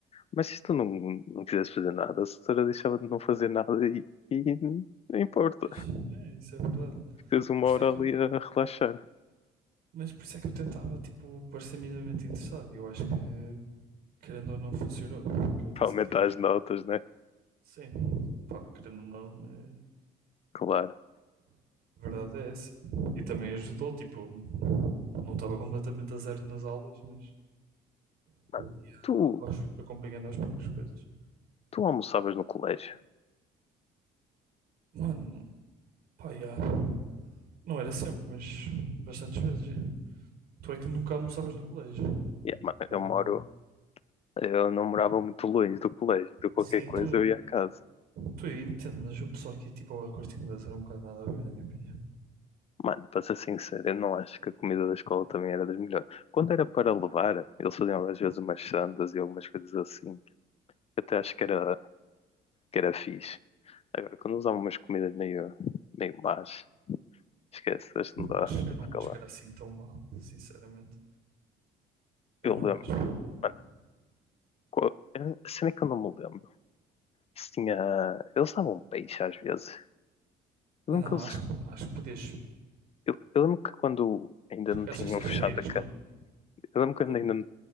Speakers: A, on the left; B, on the right.
A: Mas se tu não, não quisesse fazer nada, a senhora deixava de não fazer nada e, e não importa.
B: Pois, é, isso é verdade.
A: Ficas uma
B: Por
A: hora
B: isso é que
A: ali
B: eu
A: a relaxar.
B: Mas por isso é que eu tentava, tipo, parecer minimamente interessado. E Eu acho que, querendo ou não, funcionou. Que eu até
A: Para
B: saquei,
A: aumentar
B: mas
A: as notas, né?
B: sim, pá, querendo ou não, é...
A: Claro.
B: a verdade é essa. E também ajudou, tipo, não estava completamente a zero nas aulas, mas
A: Mano,
B: ia
A: Tu,
B: aos- acompanhando aos poucos coisas.
A: tu almoçavas no colégio?
B: Mano, pá, já. Não era sempre, mas bastantes vezes. já. Tu é que nunca almoçavas no colégio.
A: Yeah, mano,
B: Era
A: eu
B: uma
A: moro.
B: coisa.
A: Eu não morava muito longe do colégio. De qualquer
B: Sim,
A: coisa
B: tu,
A: eu ia à casa.
B: tu eu entendo, mas o pessoal aqui, tipo, ao Corte Inglês era um bocado nada a ver, na minha opinião.
A: Mano, para ser sincero, eu não acho que a comida da escola também era das melhores. Quando era para levar, eles faziam às vezes umas sandas e algumas coisas assim. Até acho que era, que era fixe. Agora, quando usava umas comidas meio, meio más, esquece, hoje
B: Não
A: não dá
B: acho, eu
A: não
B: não
A: fica
B: acho
A: lá.
B: que era assim tão mal, sinceramente. Eu
A: Eu
B: não
A: lembro,
B: acho.
A: mano, qual, eu- a é que eu não me lembro. Se tinha. Eles davam peixe às vezes. Eu
B: Não,
A: lembro que eles.
B: acho, que- acho que podias.
A: Eu, eu lembro que quando ainda
B: Acho
A: não
B: que
A: tinham
B: às sextas-feiras,
A: fechado a cantina.
B: quando,
A: Eu lembro que
B: quando.
A: quando ainda não